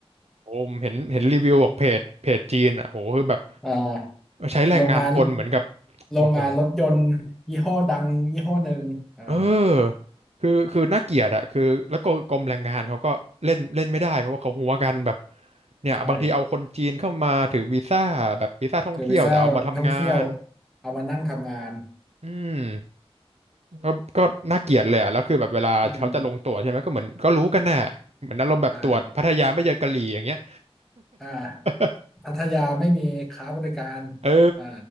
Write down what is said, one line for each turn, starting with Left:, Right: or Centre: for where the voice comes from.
Right: โอ้ผมเห็นเห็นรีวิวของเพจเพจจีนอ่ะโหคือแบบ
Centre: อ่า
Right: ใช้แรงงานคนเหมือนกับ
Centre: โรงงานโรงงานรถยนต์ยี่ห้อดังยี่ห้อหนึ่งอ่า
Right: โอ้โห เออคือคือน่าเกลียดอะคือแล้วก็กรมแรงงานเขาก็เล่นเล่นไม่ได้เพราะว่าเขาหัวกันแบบเนี่ยบางทีเอาคนจีนเข้ามาถือวีซ่าแบบวีซ่าท่องเที่ยวแต่เอามาทำงาน
Centre: ใช่เธอไปซ่าท่องเที่ยวเอามานั่งทำงาน
Right: อืมก็ก็น่าเกลียดเลยอะแล้วคือแบบเวลาเขาจะลงตรวจใช่ไหมก็เหมือนก็รู้กันน่ะเหมือนอารมณ์แบบตรวจพัทยาไม่เจอกะหรี่อย่างเงี้ย
Centre: อืมอ่าอ่า
Right: <laughs>
Centre: พัทยาไม่มีค้าบริการ
Right: เออ
Centre: อ่า